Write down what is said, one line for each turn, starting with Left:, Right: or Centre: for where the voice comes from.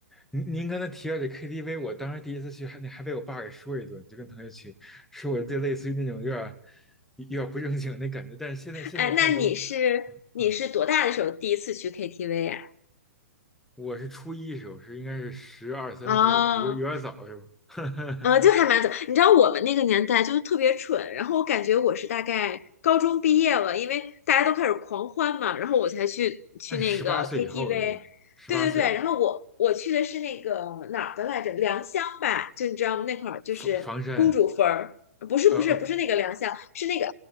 Centre: 您您刚才提到这 KTV，我当时第一次去还那还被我爸给说一顿，就跟同学去，说我这类似于那种有点儿有点儿不正经那感觉。但是现在现在看都，
Left: 哎，那你是你是多大的时候第一次去
Centre: 嗯
Left: KTV 呀、
Centre: 我是初一时候是应该是十二三岁吧，
Left: 哦，
Centre: 有有点早是吧？<laughs>
Left: 呃，就还蛮早。你知道我们那个年代就是特别蠢，然后我感觉我是大概高中毕业了，因为大家都开始狂欢嘛，然后我才去去那个
Centre: 那是十八岁以后了对吧？
Left: KTV。
Centre: 十八岁了，
Left: 对对对，然后我我去的是那个哪儿的来着？良乡吧，就你知道吗？那块儿就是公主坟儿，
Centre: 房房山啊，
Left: 不是不是不是那个良乡，
Centre: 呃呃不，
Left: 是那个